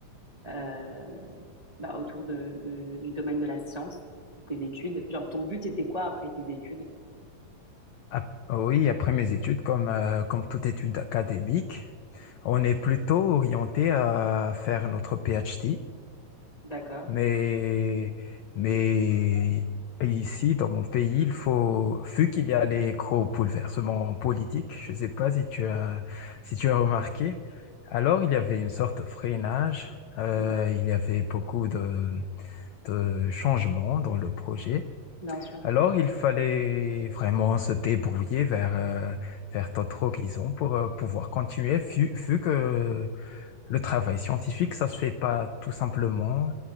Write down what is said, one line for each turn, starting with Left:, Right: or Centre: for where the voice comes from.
Right: euh, bah, autour de, de- du domaine de la science, de tes études? Genre, ton but c'était quoi après tes études?
Left: ap- oui, après mes études, comme, euh, comme toute étude académique, on est plutôt orienté à faire notre PhD.
Right: D'accord,
Left: Mais, mais ici, dans mon pays, il faut, vu qu'il y a les gros bouleversements politiques, je ne sais pas si tu as, si tu as remarqué, alors il y avait une sorte de freinage, euh,
Right: d'accord,
Left: il y avait beaucoup de, de changements dans le projet.
Right: bien sûr.
Left: Alors il fallait vraiment se débrouiller vers, euh, vers d'autres horizons pour euh, pouvoir continuer, vu, vu que le travail scientifique, ça se fait pas tout simplement